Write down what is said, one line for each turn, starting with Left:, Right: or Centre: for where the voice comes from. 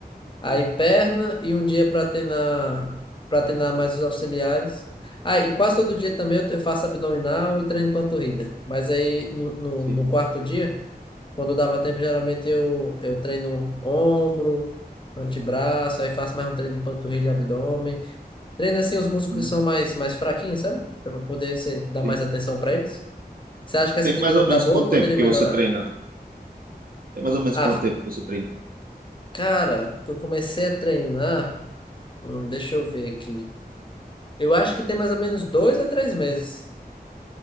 Left: Aí perna e um dia para treinar, para treinar mais os auxiliares. Aí e quase todo dia também eu eu faço abdominal e treino panturrilha. Mas aí no, no,
Right: sim,
Left: no quarto dia, quando dava tempo, geralmente eu, eu treino ombro, antebraço, aí faço mais um treino de panturrilha e abdômen. Treino assim os músculos
Right: sim,
Left: que são mais, mais fraquinhos, sabe? Para poder ser, dar
Right: sim.
Left: mais atenção para eles. Você acha que essa
Right: Tem
Left: divisão
Right: mais ou
Left: tá
Right: menos
Left: boa
Right: quanto
Left: ou poderia
Right: tempo que
Left: melhorar?
Right: você treina? Tem mais ou menos
Left: Ah,
Right: quanto tempo que você treina?
Left: cara, que eu comecei a treinar. hum, deixa eu ver aqui. Eu acho que tem mais ou menos dois a três meses.